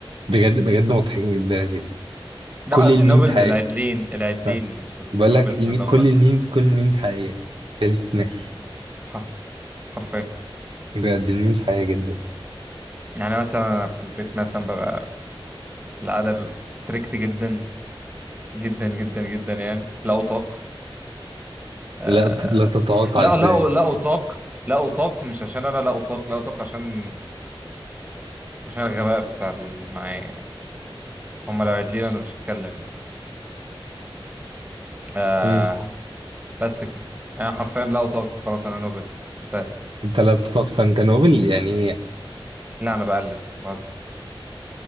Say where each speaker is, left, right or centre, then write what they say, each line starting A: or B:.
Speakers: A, on the right; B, on the right.
A: بجد بجد مضحكين جدا يا زيد
B: لا
A: كل
B: قصدي
A: الميمز
B: نوبلز
A: حقيقية
B: العدلين العدلين
A: ها،
B: مش النوبلز
A: بقول لك المي...
B: اللي
A: كل
B: هم
A: الميمز كل الميمز حقيقية بلا استثناء
B: الح- حرفيا
A: بجد الميمز حقيقية جدا
B: يعني مثلا في البيت مثلا ببقى في العادة ببقى ستريكت جدا جدا جدا جدا يعني لا أطاق آه...
A: لا ت... لا تتوقع
B: لا
A: ازاي
B: لا لا أطاق لا أطاق مش عشان أنا لا أطاق لا أطاق عشان عشان الغباء بتاع اللي معايا يعني هم لو عدلين أنا مش هتكلم يعني. آه...
A: مم.
B: بس كده يعني حرفيا لا أطاق خلاص أنا نوبل انتهى
A: انت لا تتوقع فانت نوبل يعني ايه
B: لا أنا بألف بهزر